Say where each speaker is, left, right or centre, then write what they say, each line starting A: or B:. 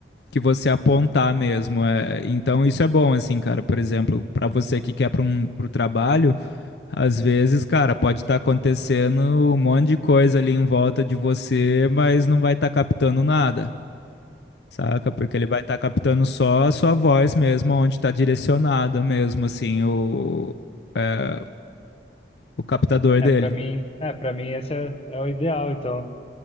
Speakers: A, on the left (about 70°); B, on the left (about 35°).
A: que você apontar mesmo. É. Então isso é bom, assim, cara. Por exemplo, pra você que quer para um pro trabalho, às vezes, cara, pode estar acontecendo um monte de coisa ali em volta de você, mas não vai estar captando nada. Saca? Porque ele vai estar captando só a sua voz mesmo, onde está direcionada mesmo, assim, o, é, o captador
B: É,
A: dele.
B: pra mim, é, para mim esse é, é o ideal, então.